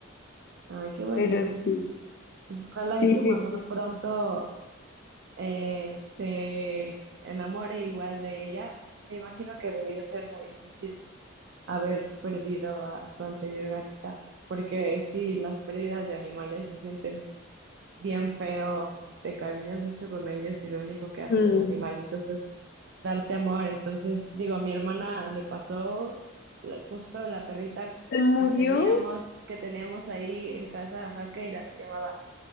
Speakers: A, on the right; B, on the left.
A: Ay, qué bonito.
B: Pero sí,
A: Pues ojalá
B: sí,
A: y tu
B: sí,
A: mamá
B: sí.
A: pronto eh, se enamore igual de ella, me imagino que debió ser muy difícil haber perdido a su anterior gatita, porque sí, las pérdidas de animales se sienten bien feo, te encariñas mucho con ellos y lo único que hacen
B: Mm.
A: los animalitos es darte amor. Entonces, digo, a mi hermana le pasó lo- justo la perrita
B: ¿Se murió?
A: que teníamos, que teníamos ahí en casa, Jaqueira se llamaba